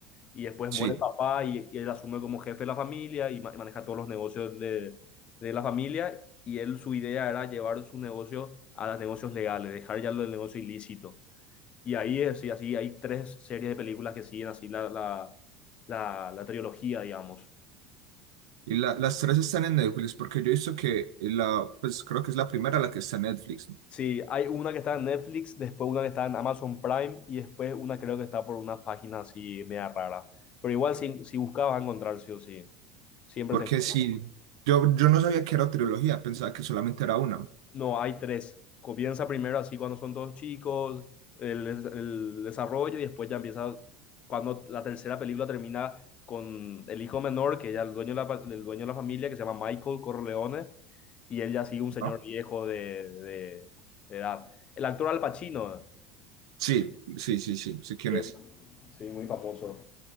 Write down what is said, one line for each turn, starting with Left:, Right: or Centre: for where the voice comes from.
Left: Y después
Right: Sí.
Left: muere el papá y, y él asume como jefe de la familia y ma- y maneja todos los negocios de, de la familia. Y él, su idea era llevar su negocio a los negocios legales, dejar ya lo del negocio ilícito. Y ahí es, y así hay tres series de películas que siguen así la, la, la, la trilogía, digamos.
Right: Y la- las tres están en Netflix, porque yo he visto que la, pues creo que es la primera la que está en Netflix. ¿no?
Left: Sí, hay una que está en Netflix, después una que está en Amazon Prime y después una creo que está por unas páginas así media raras. Pero igual si, si buscabas a encontrar sí o sí. Siempre
Right: Porque
Left: se encuentra.
Right: sí, yo, yo no sabía que era trilogía, pensaba que solamente era una.
Left: No, hay tres. Comienza primero así cuando son dos chicos, el, el desarrollo y después ya empieza cuando la tercera película termina con el hijo menor, que ya el dueño de la, pa- el dueño de la familia, que se llama Michael Corleone, y él ya sigue un señor
Right: ¿no?
Left: viejo de, de- de edad. El actor Al Pacino,
Right: Sí, sí, sí, sí, sé quién
Left: que
Right: es.
Left: es sí, muy famoso,